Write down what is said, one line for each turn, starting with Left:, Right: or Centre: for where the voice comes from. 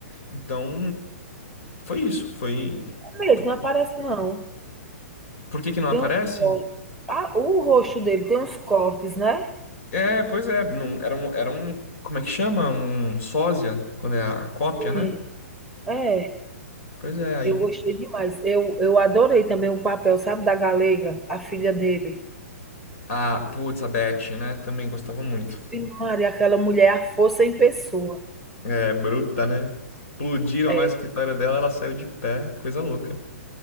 Left: Então, foi isso. Foi.
Centre: É mesmo,
Left: Por,
Centre: não aparece, não.
Left: por que que não
Centre: Tem
Left: aparece?
Centre: uns cortes. Ah, o rosto dele tem uns cortes, né?
Left: É, pois é, não, era um, era um, como é que chama? Um sósia, quando é a cópia,
Centre: Sim,
Left: né?
Centre: é.
Left: Pois é, aí,
Centre: Eu gostei demais. Eu, eu adorei também o papel, sabe, da Galega, a filha dele.
Left: a, putz, a Beth, né? Também gostava muito.
Centre: Sim, Maria, aquela mulher, é a força em pessoa.
Left: É, bruta, né? Explodiram
Centre: É,
Left: lá o escritório dela, ela saiu de pé, coisa louca.